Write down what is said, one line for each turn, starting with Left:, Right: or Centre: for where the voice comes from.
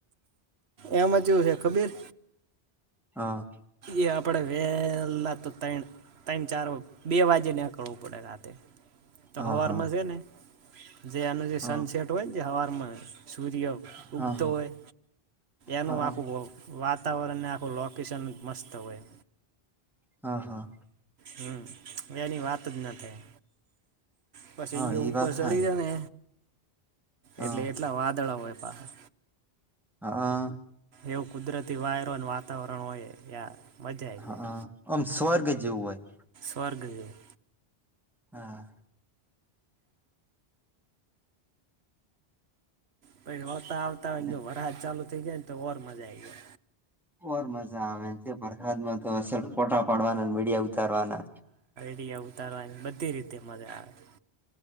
Right: એમ જ જેવું છે ખબીર.
Centre: હા.
Right: એ આપડે વેલા તો તય તણ ચાર બે વાગે નેકળવું પડે રાતે તો
Centre: હા
Right: હવાર
Centre: હા
Right: માંજ છે ને જે એનું જે
Centre: હા
Right: સનસેટ હોય ને હવા સૂર્ય
Centre: હા
Right: ઉગતો
Centre: હા
Right: હોય. એનું
Centre: હા
Right: આખું વ વાત તાવરણને આખું લોકેશન મસ્ત હોય.
Centre: હા હા.
Right: હા હવે એની વાત જ ન થાય. પછી
Centre: હા
Right: એ ઉપર
Centre: વાત
Right: ચડી
Centre: હા
Right: જાય ને
Centre: હા
Right: એટલે એટલા વાદળા હોય. પાહા
Centre: હા.
Right: એવું કુદરતી વાયરો અને વાતાવરણ હોય યાર. મજા આઈ
Centre: હા
Right: જાય
Centre: અમ સ્વર્ગ જેવું હોય.
Right: સ્વર્ગ જેવુ.
Centre: હા.
Right: પછ હોતા આવતા હોયને
Centre: અને
Right: જો વરહાદ ચાલુ થઈ જાય ને તો ઓર મજા આવી જાય.
Centre: ઓર મજા આવે છે વરસાદ માં તો આસન ફોટા પાડવાના અને વીડિયો ઉતારવાના.
Right: અયા ઉતારવાની બધી રીતે મજા આવે.